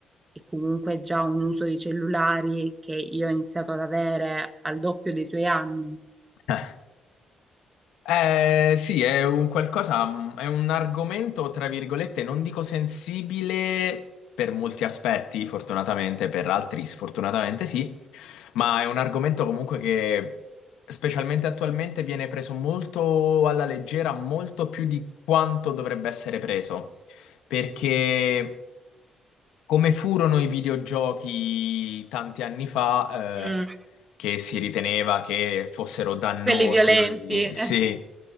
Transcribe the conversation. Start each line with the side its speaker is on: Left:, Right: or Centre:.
Right: e comunque già un uso di cellulari che io ho iniziato ad avere al doppio dei suoi anni.
Left: <laughs> Eh, sì, è un qualcosa, mm, è un argomento, tra virgolette, non dico sensibile per molti aspetti, fortunatamente, per altri sfortunatamente sì, ma è un argomento comunque che, specialmente attualmente, viene preso molto alla leggera, molto più di quanto dovrebbe essere preso, perché come furono i videogiochi tanti anni fa,
Right: Mm.
Left: eh, che si riteneva che fossero dannosi,
Right: Quelli violenti.
Left: sì.
Right: eh.